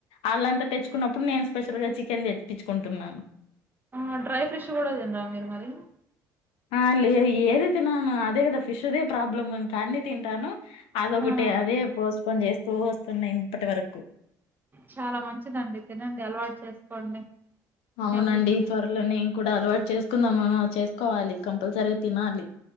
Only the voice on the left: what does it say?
అళ్ళంతా తెచ్చుకున్నప్పుడు నేను స్పెషల్ గా చికెన్ తెప్పిచ్చుకుంటున్నాను
ఆ లేదు ఏది తినను అదే కదా ఫిష్దే ప్రాబ్లమ్ ఇంకా అన్ని తింటాను అదొకటే
అదే పోస్పోన్ చేస్ పో వస్తున్నాయి ఇప్పటి వరకు
అవునండి
త్వరలోనే నేను కూడా అలవాటు చేస్ కుందామని చేసుకోవాలి కంపల్సరీగా తినాలి